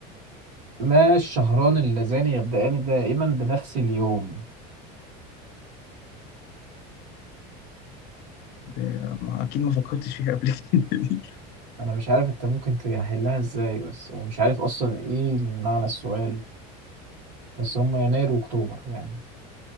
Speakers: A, on the right (about 80°); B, on the left (about 55°).
A: ما الشهران اللذان يبدأان دائما بنفس اليوم
B: آه، ما أكيد ما فكرتش فيها قبل <laughs> كده دي
A: انا مش عارف انت ممكن تحلها ازاي بس ومش عارف اصلا ايه معنى السؤال بس هم يناير واكتوبر يعني